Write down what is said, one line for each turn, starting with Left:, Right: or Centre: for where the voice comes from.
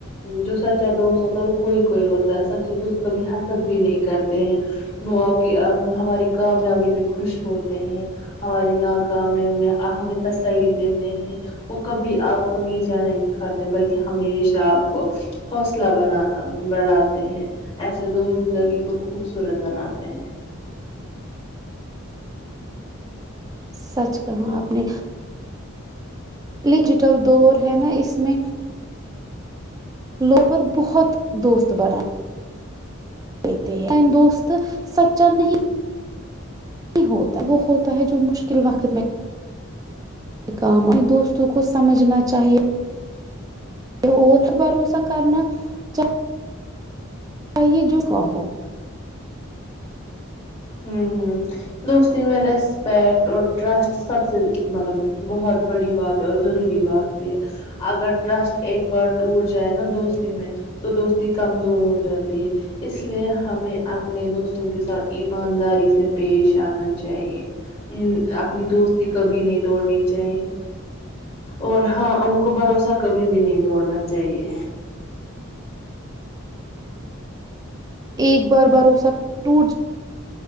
Left: جو سچا دوست ہوتا ہے وہ کوئی کوئی ہوتا ہے سچے دوست کبھی حنسد بھی نہیں کرتے وہ آپ کی ہماری کامیابی پہ خوش ہوتے ہیں ہماری ناکامیوں میں ہمیں تسلی دیتے ہیں وہ کبھی آپ کو نیچا نہیں دکھاتے بلکہ ہمیشہ آپ کو حوصلہ ب بڑاتے ہیں ایسے دو زندگی کو خوبصورت بناتے ہیں
Right: سچ کہاں آپ نے ڈیجیٹل دور ہے نا اس میں لوپر بہت دوست بنان کہتے ہیں دوست سچا نہیں نہیں ہوتا وہ ہوتا ہے جو مشکل وقت میں یہ کام اپنے دوستوں کو سمجھنا چاہیے کہ اور بھروسہ کرنا چاہ چاہیے جو خواہ ہو
Left: ہ ہ دوستی میں ریسپیکٹ اور ٹرسٹ سب سے مطلب بہت بڑی بات ہے اور ضروری بات بھی ہے اگر ٹرسٹ ایک بار ٹوٹ جائے نا دوستی میں تو دوستی کمزور ہو جاتی ہے اس لیے ہمیں اپنے دوستوں کے ساتھ ایمانداری سے پیش آنا چاہیے ا اپنی دوستی کبھی نہیں توڑنی چاہیے اور ہاں ان کو بھروسہ کبھی بھی نہیں دوڑنا چاہیے
Right: ایک بار بھروسہ ٹوٹ ج